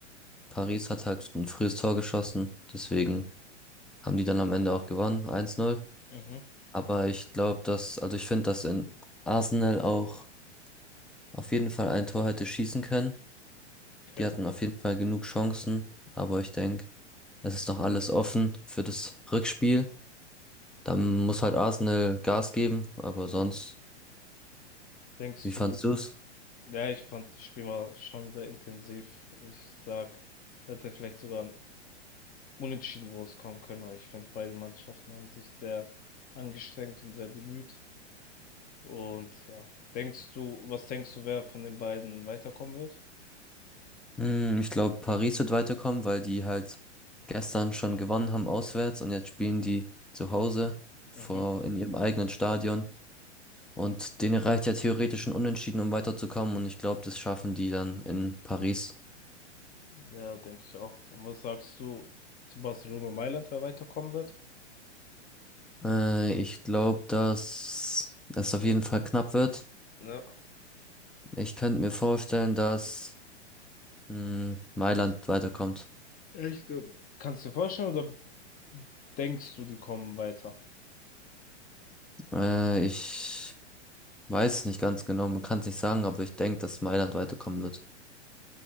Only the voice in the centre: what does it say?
Paris hat halt ein frühes Tor geschossen, deswegen haben die dann am Ende auch gewonnen, 1-0.
Aber ich glaube, dass, also ich finde, dass in Arsenal auch auf jeden Fall ein Tor hätte schießen können.
Die hatten auf jeden Fall genug Chancen, aber ich denke, es ist noch alles offen für das Rückspiel. Dann muss halt Arsenal Gas geben, aber sonst,
wie fandst
du's?
Hm, ich glaube, Paris wird weiterkommen, weil die halt gestern schon gewonnen haben auswärts und jetzt spielen die zu Hause vor
in ihrem eigenen Stadion. Und denen reicht ja theoretisch ein Unentschieden, um weiterzukommen. Und ich glaube, das schaffen die dann in Paris.
Äh, ich glaube, dass es auf jeden Fall knapp wird.
Ich könnte mir vorstellen, dass hm, Mailand weiterkommt.
Äh, ich weiß nicht ganz genau, man kann es nicht sagen, aber ich denke, dass Mailand weiterkommen wird.